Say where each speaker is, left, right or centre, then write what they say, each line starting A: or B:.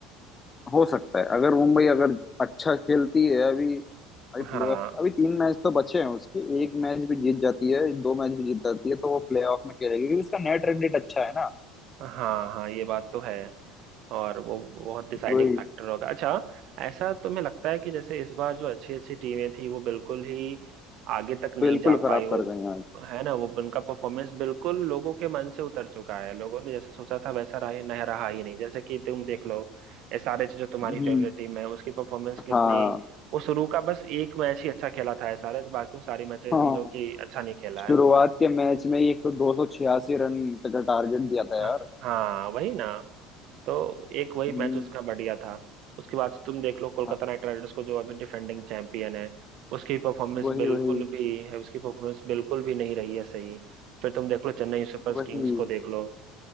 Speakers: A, on the left (about 25°); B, on the right (about 55°).
A: हो सकता है अगर मुंबई अगर अच्छा खेलती है अभी अभी प्लेऑफ
B: हाँ
A: अभी तीन मैच तो बचे हैं उसके एक मैच भी जीत जाती है दो मैच भी जीत जाती है तो वो प्लेऑफ में खेलेगी क्योंकि उसका नेट रन रेट अच्छा है ना
B: हाँ हाँ ये बात तो है और वो बहुत डिसाइडिंग
A: वही
B: फैक्टर होगा अच्छा ऐसा तुम्हें लगता है कि जैसे इस बार जो अच्छी अच्छी टीमें थी वो बिल्कुल ही आगे तक नहीं
A: बिल्कुल
B: जा
A: खराब
B: पाई वो
A: कर गए हैं आज
B: है ना वो उनका परफॉर्मेंस बिल्कुल लोगों के मन से उतर चुका है लोगों ने जैसा सोचा था वैसा रहा ही नहीं रहा ही नहीं जैसे कि तुम देख लो एसआरएच जो तुम्हारी
A: हम्म
B: फेवरेट टीम है उसकी परफॉर्मेंस कितनी
A: हाँ
B: वो शुरू का बस एक मैच ही अच्छा खेला था एसआरएच बाकी वो सारी मैचेस
A: हाँ
B: समझो कि अच्छा नहीं खेला
A: शुरुआत
B: है
A: के मैच में ही एक तो दो सौ छियासी रन का टारगेट दिया था
B: हाँ
A: यार
B: वही ना तो एक वही
A: हम्म
B: मैच उसका बढ़िया था उसके बाद से तुम देख लो कोलकाता
A: हाँ
B: नाइट राइडर्स को जो अभी डिफेंडिंग चैंपियन है उसकी परफॉर्मेंस
A: वही
B: बिल्कुल
A: वही
B: भी है उसकी परफॉर्मेंस बिल्कुल भी नहीं रही है सही फिर तुम देख लो चेन्नई सुपर
A: वही
B: किंग्स को देख लो